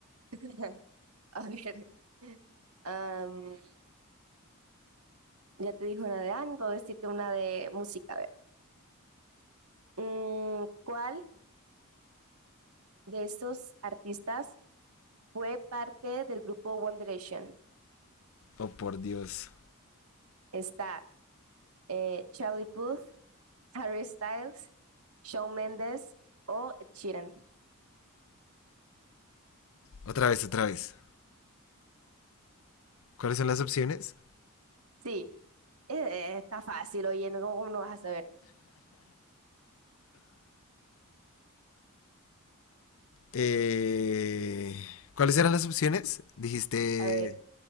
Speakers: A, on the right (about 75°); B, on the left (about 65°).
A: <laughs> A ver, am, ya te dije una de Anne, puedo decirte una de música. A ver, Mm, ¿cuál de estos artistas fue parte del grupo One Direction?
B: Oh, por Dios.
A: Está eh, Charlie Puth, Harry Styles, Shawn Mendes o Ed Sheeran.
B: Otra vez, otra vez. ¿Cuáles son las opciones?
A: Sí, eh, está fácil, oye, no- ¿cómo no vas a saber?
B: Eh, ¿cuáles eran las opciones? Dijiste
A: A ver,